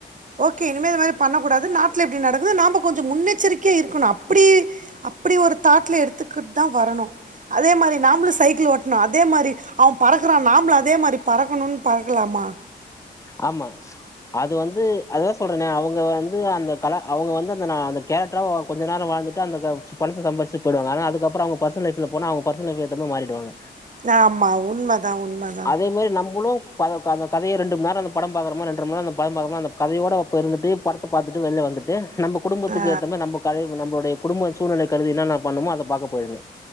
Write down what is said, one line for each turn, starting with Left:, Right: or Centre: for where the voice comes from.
Right: ஓகே இனிமே இந்த மாரி பண்ண கூடாது நாட்ல இப்டி நடக்குது நாம கொஞ்ச முன்னெச்சரிக்கையா இருக்கணு அப்டி அப்டி ஒரு தாட்ல எடுத்துக்கிட் தா வரணு அதே மாரி நாம்பளு சைக்கிள் ஓட்ணு அதே மாரி அவ பறக்கறானா நாம்ளு அ தே மாரி பறக்கணுன் பறக்கலாமா
Left: ஆமா அது வந்து அதா சொல்றேனே அவுங்க வந்து அந்த கல அவுங்க வந்து அந்த ந அந்த கேரக்டாரா கொஞ்ச நேரோ வாழ்ந்துட்டு அந்த ப பணத்த சம்பாரிச்சுட் போயிடுவாங்க ஆனா அதுக்கப்றோ அவுங்க பர்சனல் லைஃப்ல போனா அவு பர்சனல் லைஃப் ஏத்த மாரி மாறிடுவாங்க
Right: ஆமா உண்மதா உண்மதா
Left: அதே மாரி நம்புளு பத அந்த கதைய ரெண்டு மண் நேரோ படம் பாக்காரமா ரெண்ர மண் நேரோ அந்த படம் பாக்கறமா அந்த கதையோடப்ப இருந்துட்டு படத்த பாத்துட்டு வெளில வந்துட்டு நம்ம குடும்பத்துக்கு
Right: ஆ
Left: ஏத்த மாரி நம்ப கழ நம்ளுடைய குடும்போ சூழ்நிலை கருதி என்னென்ன பண்ணுமோ அத பாக்க போயிர்ணு